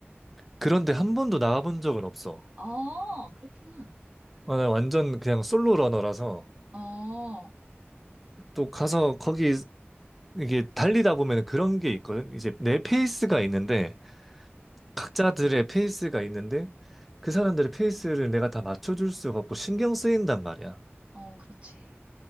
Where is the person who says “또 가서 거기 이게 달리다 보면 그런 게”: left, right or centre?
Centre